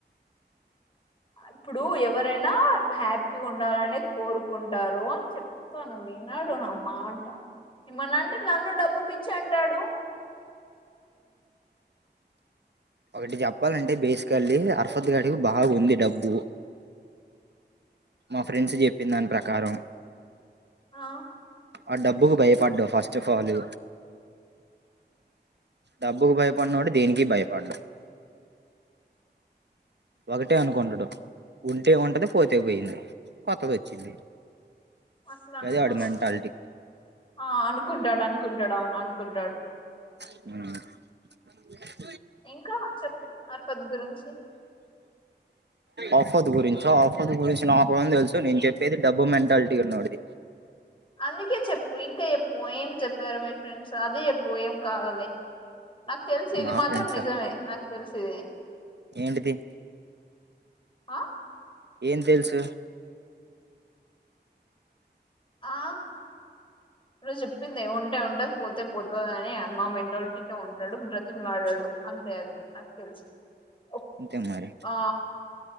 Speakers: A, on the left (about 30°); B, on the right (about 70°).
A: ఇప్పుడు ఎవరైనా హ్యాపీగా ఉండాలని కోరుకుంటారు అని చెప్తాను విన్నాడు నా మాట మన అంటే నన్ను డబ పిచ్చి కూర్చ్చ అంటాడు
B: ఒకటి చెప్పాలంటే బేసికల్లి అరఫత్ గాడికి బాగుంది డబ్బు మా ఫ్రెండ్స్ చెప్పిన దాని ప్రకారం
A: ఆ
B: ఆ డబ్బుకు భయపడ్డా ఫస్ట్ ఆఫ్ ఆల్ డబ్బుకు భయపడనోడు దేనికి భయపడు ఒకటే అనుకుంటడు ఉంటే ఉంటది పోతే పోయింది కొత్తది వచ్చింది
A: అసలు అనుకోడు
B: గదే వాడి మెంటాలిటీ
A: ఆ అనుకుంటాడు అనుకుంటాడు అవును అనుకుంటడు
B: ఉ
A: ఇంకా చెప్పు ఆరు పద్ గురించి
B: ఆఫత్ గురించ ఆఫత్ గురించి నాకు కూడం తెలుసు నేను చెప్పేది డబ్బు మెంటాలిటీ ఉన్నోడిది
A: అందుకే చెప్పు ఇంకా ఎప్పు ఏం చెప్పారు మీ ఫ్రెండ్స్ అది ఎప్పు ఏం కావలే నాకు తెలుసు ఇది
B: మా
A: మాత్రం
B: ఫ్రెండ్సా
A: నిజమే నాకు తెలుసు ఇది
B: ఏంటిది
A: ఆ
B: ఏం తెలుసు
A: ఆ నువ్ చెప్పిందే ఉంటే ఉంటది పోతే పోత్ ఓ అనియా అమ్మ మెంటాలిటీతో ఉంటాడు బ్రతిమిలాడడు అంతే అది నాకు తెలుసు ఓ
B: అంతే మరి
A: ఆ